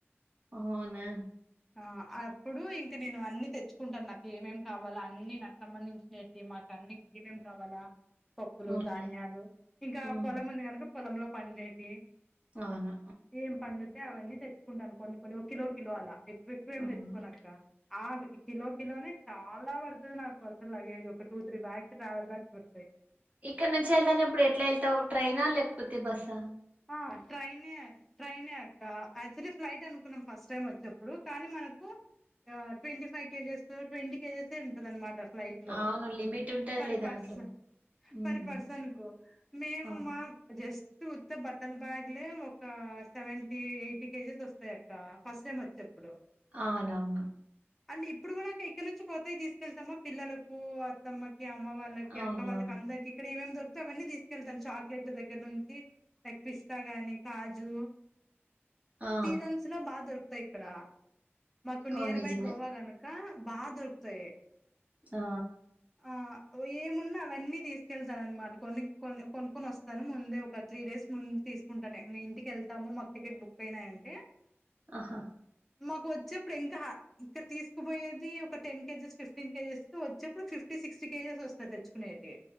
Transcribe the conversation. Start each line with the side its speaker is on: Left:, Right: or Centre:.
Right: అవ్నా
Centre: ఆ అప్పుడు ఇంక నేను అన్నీ తెచ్చుకుంటాను నాకేమేమి కావాలో అన్నీ నాకు సంబంధించి ఏంటి మాకన్ని ఏమేం కావాలా పప్పులు
Right: అవునులే
Centre: ధాన్యాలు ఇంకా
Right: హ్మ్
Centre: పొలం ఉంది కనుక పొలంలో పండేటి
Right: అవ్నా
Centre: ఏం పండుతే అవన్నీ తెచ్చుకుంటాను కొన్ని కొన్ని ఒక కిలో కిలో అలా ఎక్కువెక్కువ ఏమి
Right: అవును.
Centre: తెచ్చుకోనక్క ఆ కిలో కిలోనే చాలా పడ్తది నాకు అసలు లగేజ్ ఒక two three bags travel bags పడ్తాయి
Right: ఇక్కడ్నుంచి వెళ్తానేప్పుడు ఎట్లా వెళ్తావు ట్రైనా లేకపోతే బస్స
Centre: ఆ ట్రైనే ట్రైనే అక్క యాక్చువలీ ఫ్లైట్ అనుకున్నాం ఫస్ట్ టైం ఎప్పుడు కానీ మనకు ట్వంటీ ఫైవ్ కేజెస్ ట్వంటీ కేజెసే ఉంటాదనమాట ఫ్లైట్లో
Right: అవును. లిమిట్ ఉంటదిలే
Centre: ఫర్ పర్స్
Right: దాంట్లో. హ్మ్.
Centre: ఫర్ పర్సన్ కు మేము
Right: అవును.
Centre: మా జస్టు బట్టల బ్యాగ్లే ఒక సెవెంటీ ఎయిటీ కేజీస్ వస్తాయి అక్క ఫస్ట్ టైం వచ్చేప్పుడు
Right: అవునవును
Centre: అండ్ ఇప్పుడు కూడా ఇక్కడ్నుంచి కొత్తవి తీస్కెళ్తామా పిల్లలకు అత్తమ్మకి అమ్మ వాళ్ళకి
Right: అవునవును.
Centre: అక్క వాళ్ళకి అందర్కి ఇక్కడ ఏమేమి దొరుకుతే అవన్ని తీస్కెతాను చాక్లెట్ల దగ్గర్నుంచి లైక్ పిస్తా గాని కాజు
Right: ఆ!
Centre: సీజన్స్ బాగా దొరుకుతాయి ఇక్కడ మాకు
Right: అవును
Centre: నియర్
Right: నిజమే.
Centre: బై గోవా గనుక బాగా దొరుకుతాయి
Right: ఆ
Centre: ఆ ఏమున్నా అవన్నీ తీస్కెళ్తానన్నమాట కొన్ని కొనుక్కొనోస్తాను ముందే ఒక త్రీ డేస్ ముందు తీస్కుంటాను మీము ఇంటికేళ్తాము మాకు టికెట్ బుక్ అయినాయంటే
Right: ఆహా
Centre: మాకు వచ్చెప్పుడు ఇంకా ఇక్కడ తీస్కుపోయేది ఒక టెన్ కేజెస్ ఫిఫ్టీన్ కేజెస్ వొచ్చేప్పుడు ఫిఫ్టీ సిక్స్టీ కేజెస్ వస్తాయి తెచ్చుకునేటివి